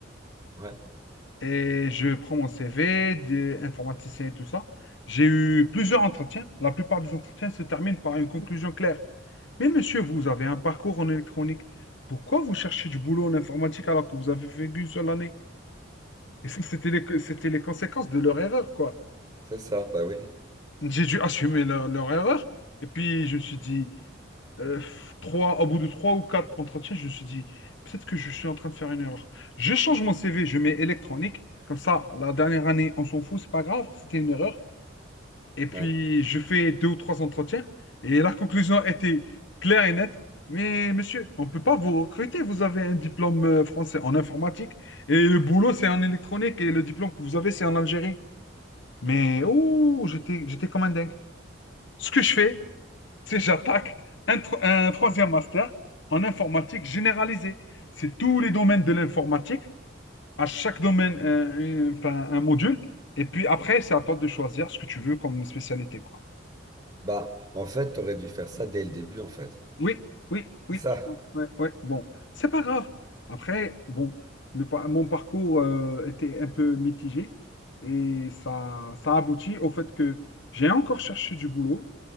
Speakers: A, on the right; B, on the left.
A: Ouais,
B: et je prends mon CV, des informaticiens et tout ça. J'ai eu plusieurs entretiens. La plupart des entretiens se terminent par une conclusion claire. Mais monsieur, vous avez un parcours en électronique. Pourquoi vous cherchez du boulot en informatique alors que vous avez fait qu'une seule année? Et ça, c'était les, c'était les conséquences de leur erreur, quoi.
A: c'est ça, bah oui.
B: J'ai dû assumer leur, leur erreur. Et puis, je me suis dit, euh, f- trois, au bout de trois ou quatre entretiens, je me suis dit, peut-être que je suis en train de faire une erreur. Je change mon CV, je mets électronique. Comme ça, la dernière année, on s'en fout, c'est pas grave, c'était une erreur. Et puis,
A: Ouais.
B: je fais deux ou trois entretiens. Et la conclusion était claire et nette. Mais monsieur, on ne peut pas vous recruter. Vous avez un diplôme euh, français en informatique. Et le boulot, c'est en électronique. Et le diplôme que vous avez, c'est en Algérie. Mais, ouh, j'étais, j'étais comme un dingue. Ce que je fais, c'est j'attaque un, tro- un troisième master en informatique généralisée. C'est tous les domaines de l'informatique. À chaque domaine, un, un- enfin, un module. Et puis après, c'est à toi de choisir ce que tu veux comme spécialité, quoi.
A: Bah, en fait, t'aurais dû faire ça dès le début, en fait.
B: Oui, oui, oui,
A: C'est ça.
B: ouais, ouais. Bon, c'est pas grave. Après, bon, le, par- mon parcours euh, était un peu mitigé et ça, ça aboutit au fait que j'ai encore cherché du boulot,